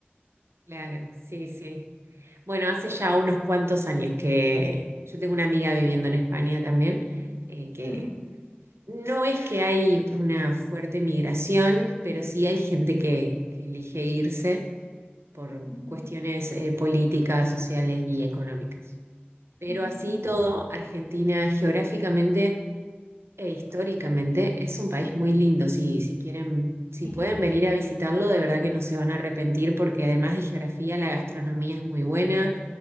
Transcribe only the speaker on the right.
Claro, sí, sí. Bueno, hace ya unos cuantos años que yo tengo una amiga viviendo en España también, eh, que
No es que hay una fuerte migración, pero sí hay gente que, que elige irse por
cuestiones eh, políticas, sociales y económicas. Pero
así y todo, Argentina geográficamente e históricamente es un país muy lindo. Si, si quieren, si
pueden venir a visitarlo, de verdad que no se van a arrepentir porque además de geografía, la gastronomía es muy buena,